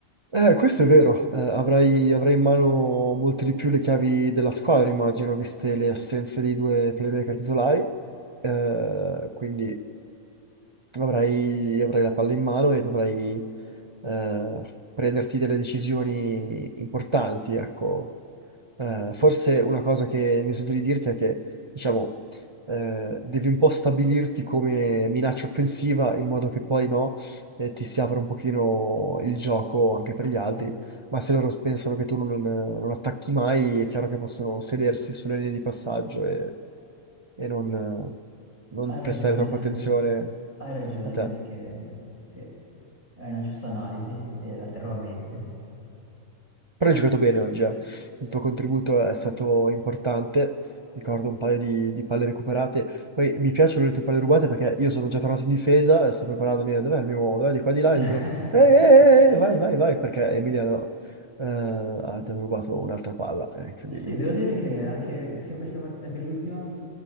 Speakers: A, on the right; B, on the left.
A: Eh, questo è vero, eh, avrai, avrai in mano molto di più le chiavi della squadra, immagino, viste le assenze dei due playmaker titolari. Eh, quindi avrai, avrai la palla in mano e dovrai eh, prenderti delle decisioni importanti, ecco. Eh, forse una cosa che mi sento di dirti è che, diciamo, eh, devi un po' stabilirti come minaccia offensiva in modo che poi no, eh, ti si apra un pochino il gioco anche per gli
B: Sì,
A: altri, ma se loro pensano che tu non, non attacchi mai, è chiaro che possono sedersi sulle linee di passaggio e, e non, eh, non
B: hai ragione,
A: prestare troppa attenzione
B: hai ragione,
A: a te.
B: direi che sì, è una giusta analisi e la terrò a mente.
A: Però hai giocato bene oggi, eh. Il tuo contributo è stato importante. Ricordo un paio di, di palle recuperate. Poi mi piacciono le tue palle rubate perché io sono già tornato in difesa e sto preparandomi. Dov'è il mio uomo? Dov'è? Di qua di là.
B: <laughs>
A: E dicono: eh, eh, eh, eh, eh, vai, vai, vai. Perché Emiliano eh, ha già rubato un'altra palla. È incredibile.
B: Sì, devo dire che anche sia questa partita che l'ultima